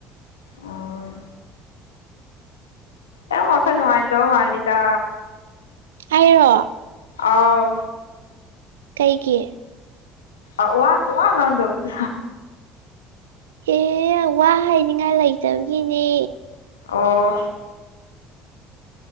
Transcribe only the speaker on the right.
ꯑꯩꯔꯣ
ꯀꯩꯒꯤ
ꯑꯦ ꯋꯥ ꯍꯥꯏꯅꯤꯡꯉꯥꯏ ꯂꯩꯇꯕꯒꯤꯅꯦ